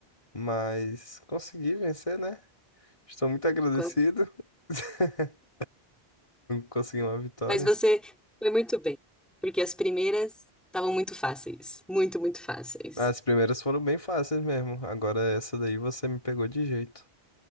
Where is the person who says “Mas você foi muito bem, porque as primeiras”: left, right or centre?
Centre